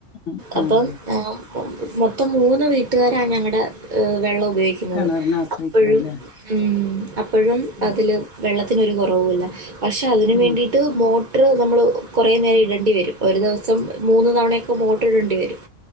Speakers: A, on the left; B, on the right.
A: ഉം,
B: അപ്പം
A: ഉം.
B: ആ <unintelligible> മൊത്തം മൂന്ന് വീട്ട്കാരാണ് ഞങ്ങടെ യ് വെള്ളം ഉപയോഗിക്ക്ന്നാത്
A: കിണറിനെ ആശ്രയിക്കണം
B: അപ്പാഴും
A: അല്ലേ
B: ഉം എപ്പോഴും
A: ഉം,
B: അതില് വെള്ളത്തിനൊര് കൊറാവു ഇല്ല പശേ അതിനന്
A: ഉം.
B: വേണ്ടിയിട്ട് മോ മോട്ടറ് നമ്മള് കൊറേ നേരം ഇടേണ്ടി വെരും ഒര് ദിവസം മൂന്ന് തവണയൊക്കെ മോട്ടറ് ഇടേണ്ടി വെരും